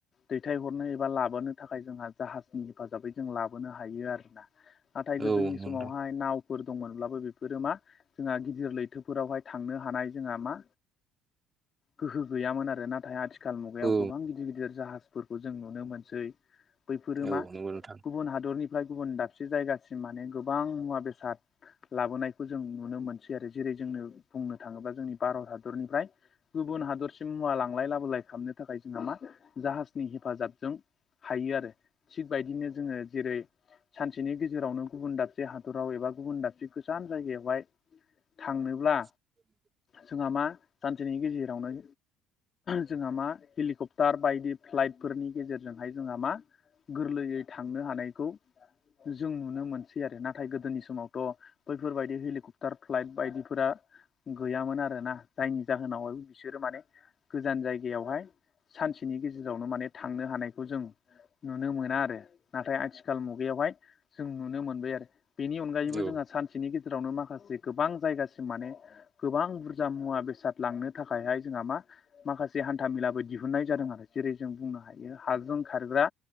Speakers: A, on the left; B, on the right.
A: दैथायहरनो एबा लाबोनो थाखाय जोंहा जाहाजनि हेफाजाबै जों लाबोनो हायो आरोना। नाथाय गोदोनि
B: औ नंगौ
A: समावहाय
B: नोंथां
A: नाव फोर दंमोनब्लाबो बेफोरो मा जोंहा गिदिर लैथोफोरावहाय थांनो हानाय जोंहा मा गोहो गैयामोन आरो नाथाय आथिखाल मुगायाव
B: औ
A: गोबां गिदिर गिदिर जाहाज फोरखौ जों नुनो मोनसै बैफोरो
B: औ
A: मा
B: नंगौ नोंथां
A: गुबुन हादरनि ओमफ्राय गुबुन दाबसे जायगासिम माने गोबां मुवा बेसाद लाबोनायखौ जों नुनो मोनसै आरो जेरै जोंनो बुंनो थाङोब्ला जोंनि भारत हादरनिफ्राय गुबुन हादरसिम मुवा लांलाय लाबोलाय खालामनो थाखाय जोंहा मा जाहाजनि हेफाजाबजों हायो आरो थिग बायदिनो जोङो जेरै सानसेनि गेजेरावनो गुबुन दाबसे हादराव एबा गुबुन दाबसे गोजान जायगायावहाय थांनोब्ला
B: <unintelligible>
A: जोंहा मा सानसेनि गेजेरावनो जोंहा मा हेलिकप्टार बायदि फ्लाइटफोरनि गेजेरजोंहाय जोंहा मा गोरलैयै थांनो हानायखौ जों नुनो मोन सै आरो नाथाय गोदोनि समावथ' बैफोरबायदि हेलिकप्टार फ्लाइट बायदिफोरा गैयामोन आरोना जायनि जाहोनाव बिसोरो माने गोजान जायगायावहाय सानसे बिनि गेजेरावनो माने थांनो हानायखौ जों नुनो मोना आरो नाथाय आथिखाल मुगायावहाय जों नुनो मोनबाय आरो बेनि अनगायैबो
B: औ
A: जोंहा सानसेनि गेजेरावनो माखासे गोबां जायगासिम माने गोबां बुरजा मुवा बेसाद लांनो थाखायहाय जोंहा मा माखासे हान्था मेलाबो दिहुननाय जादों आरो जेरै जों बुंनो हायो हाजों खारग्रा